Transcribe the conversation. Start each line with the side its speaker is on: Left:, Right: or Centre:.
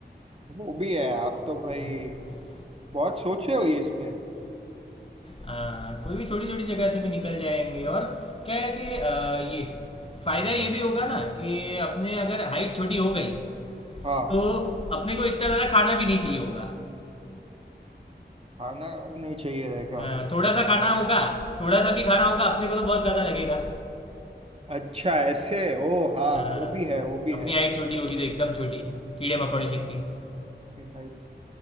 Right: वो भी है आप तो भाई
Left: हम्म,
Right: बहुत सोचे हो ये इसमें
Left: हाँ, कोई भी छोटी छोटी जगह से भी निकल जाएंगे और क्या है कि अ, ये फायदा ये भी होगा ना कि अपने अगर हाइट छोटी हो गई
Right: हाँ
Left: तो अपने को इतना ज्यादा खाना भी नहीं चाहिए होगा
Right: खाना नहीं चाहिए रहेगा
Left: अ, थोड़ा सा खाना होगा थोड़ा सा भी खाना होगा अपने को तो बहुत ज्यादा लगेगा
Right: अच्छा ऐसे ओ हाँ
Left: अ,
Right: वो भी है वो भी
Left: अपनी
Right: है
Left: हाइट छोटी होगी तो एकदम छोटी कीड़े मकोड़े जितनी
Right: हाइट